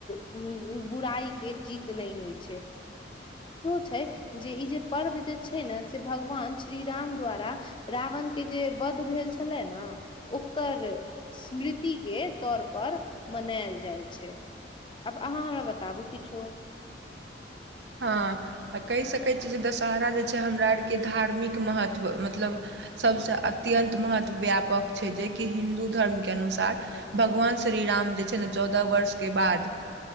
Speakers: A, on the left; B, on the right.
A: हूँ हूँ बुराई केँ जीत नहि होइत छैक से भगवान श्री राम द्वारा रावण केँ जे वध भेल छलै ने ओकर स्मृति केँ तौर पर मनायल जाइत छै आब अहाँ हमरा बताबू किछो
B: हाँ आ कहि सकैत छी जे दशहरा जे छै हमरा आरके धार्मिक महत्व मतलब सबसे अत्यंत महत्व व्यापक छै जेकि हिन्दू धर्म के अनुसार भगवान से श्री राम जे छै ने चौदह वर्ष के बाद